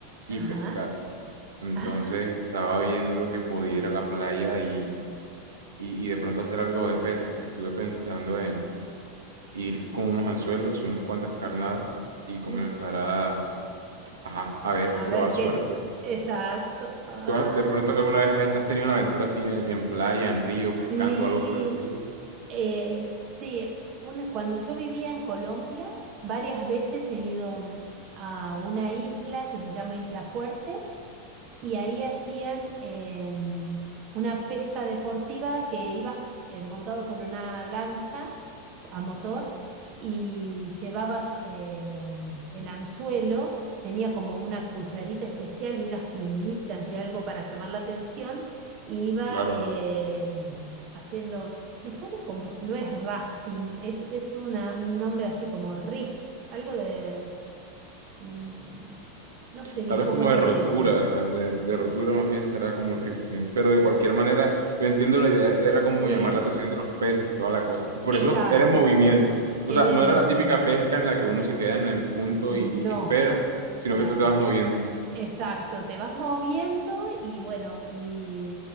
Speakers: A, on the right; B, on the right.
A: y
B: Ajá.
A: pescar. Entonces
B: Ah,
A: estaba viendo que podía ir a la playa y, y- y de pronto hacer algo de pesca. Estuve pensando en, ir con unos anzuelos, unas cuantas carnadas y comenzar
B: uh,
A: a, ajá, a ver
B: a
A: si probar
B: ver qué.
A: suerte.
B: Exacto. Ah,
A: ¿Tú has- de pronto alguna vez has hecho- has tenido una aventura así en, en playa, en río, pescando,
B: sí.
A: algo por el estilo?
B: Eh, sí, una- cuando yo vivía en Colombia, varias veces he ido mm, a una isla que se llama Isla Fuerte y ahí hacían em, una pesca deportiva que ibas eh, montado sobre una lancha a motor y llevabas em, el anzuelo, tenía como una cucharita especial y unas plumitas y algo para llamar la atención, y iba
A: Claro.
B: em, haciendo, me sale como, no es rafting, es, es una, un nombre así como riff, algo de, mm, no sé bien
A: Tal vez
B: cómo
A: como
B: es que
A: de rotura,
B: le dicen.
A: de, de rotura más bien será como rifting, pero de cualquier manera yo entiendo la idea, era como
B: Sí,
A: llamar la atención de los peces y toda la cosa, y por
B: Exacto,
A: eso era en movimiento,
B: es
A: o sea,
B: el
A: no era
B: movimiento.
A: la típica pesca en la que uno se queda en el punto
B: No,
A: y, y espera, sino
B: claro,
A: que tú te vas moviendo.
B: exacto. Te vas moviendo y bueno, y,